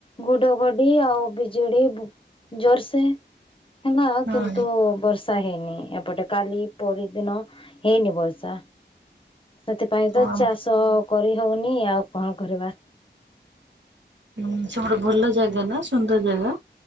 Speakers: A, on the left; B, on the right.
A: ଘଡଘଡି ଆଉ ବିଜୁଳି ଜୋରସେ ହେଲା
B: ହଁ।
A: କିନ୍ତୁ, ବର୍ଷା ହେଇନି ଏପଟେ କାଲି ପରଦିନ ହେଇନି ବ ର୍ଷା ସେଥିପାଇଁ
B: ହଁ
A: ତ ଚାଷ କରି ହଉନି ଆଉ କଣ କରିବା?
B: ହୁଁ ସେପଟେ ଭଲ ଜାଗା ନା ସୁନ୍ଦର ଜାଗା?